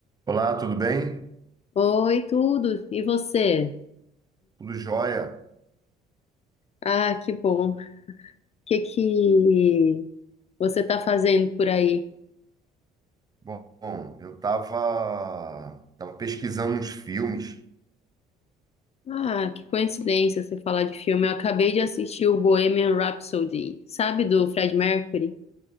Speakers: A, on the right (about 20°); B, on the left (about 40°).
A: Olá, tudo bem?
B: Oi, tudo. E você?
A: Tudo jóia?
B: Ah, que bom. O que que você tá fazendo por aí?
A: Bom, bom, eu estava tava tava pesquisando uns filmes,
B: Ah, que coincidência você falar de filme. Eu acabei de assistir o Bohemian Rhapsody, sabe, do Fred Mercury?